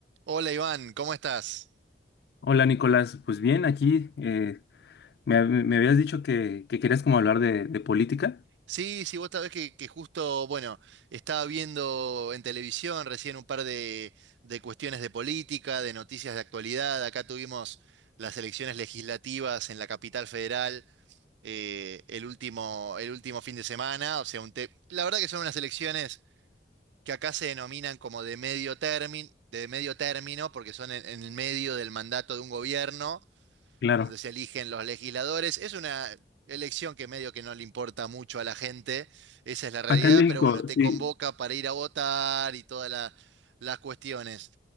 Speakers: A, on the right (about 80°); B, on the left (about 65°).
A: Hola Iván, ¿cómo estás?
B: Hola Nicolás, pues bien, aquí eh, me, me habías dicho que, que querías como hablar de, de política.
A: Sí, sí, vos sabés que, que justo, bueno, estaba viendo en televisión recién un par de, de cuestiones de política, de noticias de actualidad. Acá tuvimos las elecciones legislativas en la capital federal eh, el último, el último fin de semana. O sea, un te- la verdad que son unas elecciones que acá se denominan como de medio término, de medio término, porque son en en el medio del mandato de un gobierno.
B: Claro.
A: donde se eligen los legisladores. Es una elección que medio que no le importa mucho a la gente, esa es la realidad,
B: Acá en México,
A: pero bueno, te
B: sí.
A: convoca para ir a votar y todas la- las cuestiones.